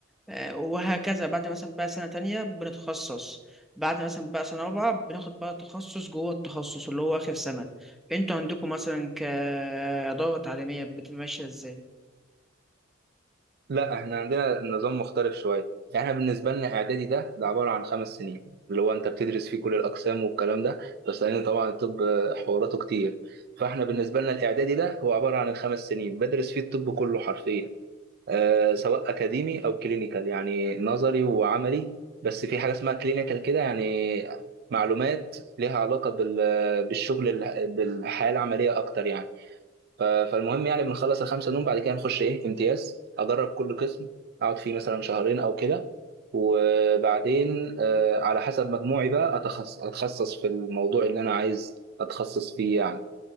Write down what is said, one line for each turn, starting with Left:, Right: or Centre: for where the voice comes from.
Centre: آه، وهكذا بعد مثلا بقى سنة تانية بنتخصص بعد مثلا بقى سنة رابعة بناخد بقى تخصص جوه التخصص اللي هو آخر سنة انتوا عندكم مثلا كإدارة تعليمية بتبقى ماشية ازاي؟
Right: لا احنا عندنا نظام مختلف شويه يعني احنا بالنسبه لنا اعدادي ده ده عباره عن خمس سنين اللي هو انت بتدرس فيه كل الاقسام والكلام ده بس لان طبعا الطب حواراته كتير فاحنا بالنسبه لنا الاعدادي ده هو عباره عن الخمس سنين بدرس فيه الطب كله حرفيا آه سواء اكاديمي او كلينيكال يعني نظري وعملي بس في حاجه اسمها كلينيكال كده يعني معلومات ليها علاقه بال- بالشغل الح- بالحياه العمليه اكتر يعني ف- فالمهم يعني بنخلص الخمسة دول بعد كده نخش إيه امتياز أدرب كل قسم أقعد فيه مثلا شهرين أو كده وبعدين آه، على حسب مجموعي بقى أتخصص أتخصص في الموضوع اللي أنا عايز أتخصص فيه يعني